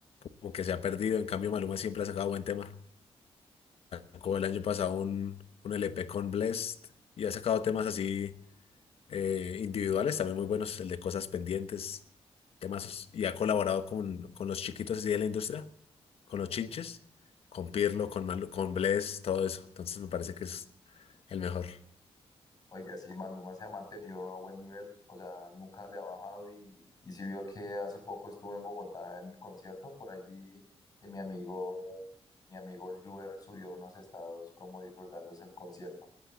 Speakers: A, on the left (about 65°); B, on the left (about 35°).
A: como que se ha perdido. En cambio, Maluma siempre ha sacado buen tema. Sacó el año pasado un, un LP con Blessed y ha sacado temas así eh, individuales también muy buenos, el de Cosas Pendientes, temazos. Y ha colaborado con, con los chiquitos así de la industria, con los chinches, con Pirlo, con, Malu- con Blessed, todo eso. Entonces me parece que es el mejor.
B: Oiga, sí, Maluma se ha mantenido a buen nivel, o sea, nunca le ha bajado y, y si vio que hace poco estuvo en Bogotá en el concierto, por ahí vi que mi amigo, mi amigo el Juber subió unos estados como disfrutándose el concierto.